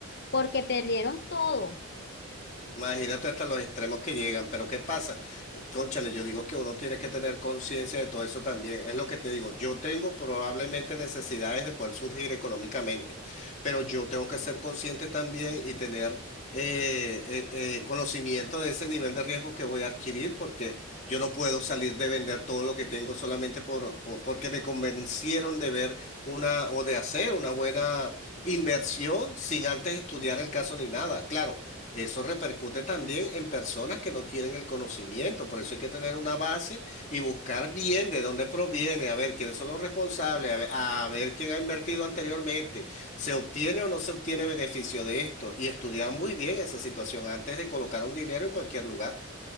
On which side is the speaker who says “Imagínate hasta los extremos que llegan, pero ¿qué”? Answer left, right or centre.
Left